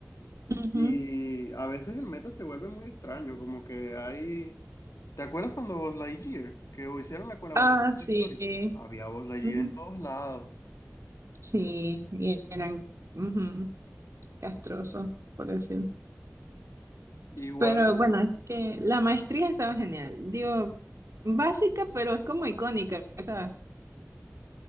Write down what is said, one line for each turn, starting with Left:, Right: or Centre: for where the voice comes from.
Right: Ujú.
Left: Y a veces el meta se vuelve muy extraño, como que hay... ¿Te acuerdas cuando Buzz Lightyear, que hicieron la colaboración
Right: Ah,
Left: con
Right: sí.
Left: Toy Story? Había Buzz Lightyear
Right: Mm,
Left: en todos lados.
Right: Sí, y eran ujú, castrosos, por decir.
Left: Igual,
Right: Pero bueno, es que la maestría estaba genial. Digo, básica, pero es como icónica, ¿sabes?